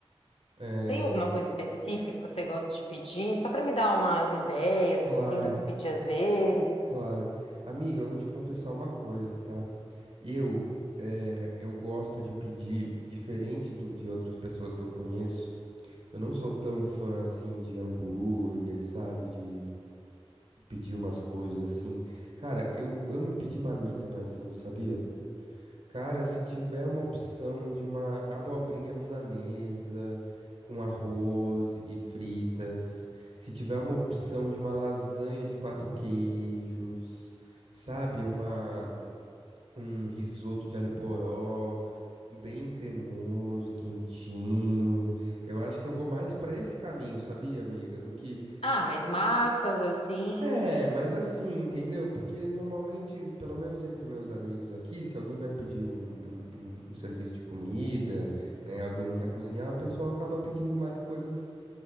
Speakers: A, on the right (about 70°); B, on the left (about 70°).
A: É,
B: Tem alguma coisa específica que você gosta de pedir, só para me dar umas ideias
A: claro,
B: assim do que pedir às vezes?
A: claro. Amiga, eu vou te confessar uma coisa, tá? Eu, é, eu gosto de pedir, diferente do de outras pessoas que eu conheço, eu não sou tão fã assim de hambúrguer, sabe? De pedir umas coisas assim. Cara, eu amo pedir marmita no iFood, sabia? Cara, se tiver uma opção de uma abobrinha milanesa com arroz e fritas, se tiver uma opção de uma lasanha de quatro queijos, sabe? Uma, um risoto de alho poró. Bem cremoso e quentinho. Eu acho que eu vou mais pra esse caminho, sabia, amiga? Do que.
B: Ah, mas massas assim,
A: É, mas assim, entendeu? Porque normalmente, pelo menos entre meus amigos aqui, se alguém vai pedir um, um, um- um serviço de comida, né? Alguém não quer cozinhar, o pessoal acaba pedindo mais coisas,